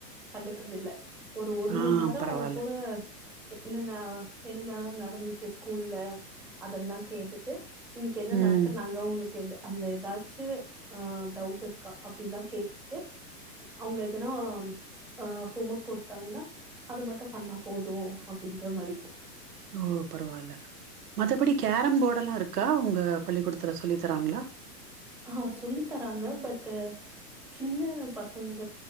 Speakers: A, in the centre; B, on the right (about 65°).
A: கண்டுக்கற்தில்ல ஒரு ஒரு
B: ஆ
A: மண் நேரோ
B: பரவால்ல
A: அவ கூட என்னென்ன என்னென்னலா நடந்துச்சு ஸ்கூல்ல அதெல்லா கேட்டுட்டு இன்னக்கி என்ன
B: ம்
A: நடத்துனாங்க உன்க்கு எது அதுல எதாச்சு ஆ டவுட் இருக்கா அப்டில்லா கேட்டு அவுங்க எதனா அ ஹோமர்க் குடுத்தாங்கனா அது மட்டு பண்ணா போது அப்டின்ற மாரி
B: ஓ பரவால்ல மத்தபடி கேரம் போடெல்லா இருக்கா உங்க பள்ளிக்கூடத்துல சொல்லி தராங்ளா
A: ஆ சொல்லி தராங்க பட்டு சின்ன பசங்க